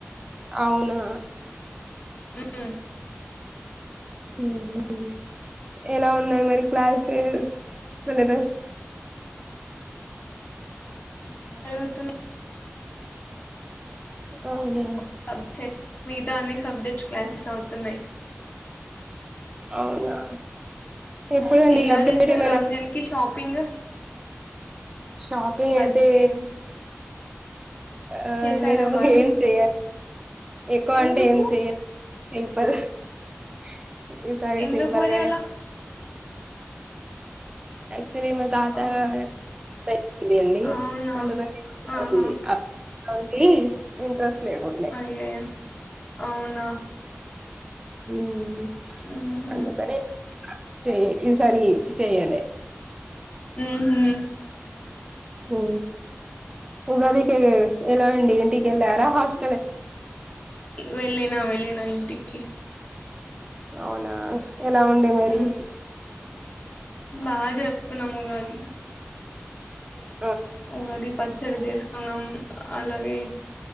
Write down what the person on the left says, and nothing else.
హూ
జరుగుతున్న
<unintelligible> మిగతా అన్ని సబ్జెక్ట్ క్లాసెస్ అవుతున్నాయ్
ఎలా
చేశారు
రంజాన్ కి షాపింగ్
బడ్
ఏం
చేశారా
బానే
ఎందుకు
ఎందుకు
మరి
అలా
అవును
అవునా
ఆహా
అయ్యయ్యో అవునా
ఊహు
ఊహుం
వెళ్ళిన వెళ్లిన ఇంటికి
ఉమ్ బాగా జపుకున్నాము ఉగాది
ఉగాది పచ్చడి చేసు కున్నాం అలాగే